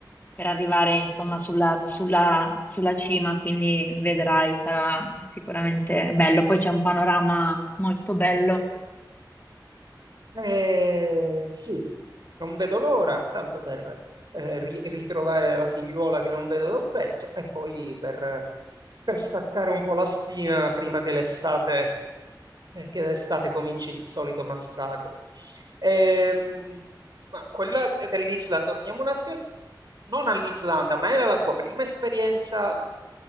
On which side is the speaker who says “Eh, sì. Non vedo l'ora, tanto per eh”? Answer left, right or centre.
Right